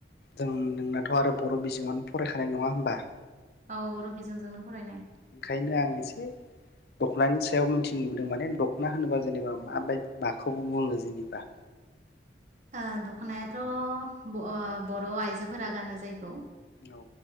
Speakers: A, on the left; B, on the right.
A: जों नोंनाथ' आरो बर' बिजोङावनो फरायखानाय नङा होमबा?
B: औ बर' बिजोंजोंनो फरायनाय।
A: ओंखायनो आं एसे दख'नानि सायाव मिथिनो नुबोदों माने दख'ना होनोबा जेनेबा माबायदि माखौबो बुङो जेनेबा? ता
B: ओ दख'नायाथ' ब' ओ- बर' आइजोफोरा गानो जायखौ।
A: औ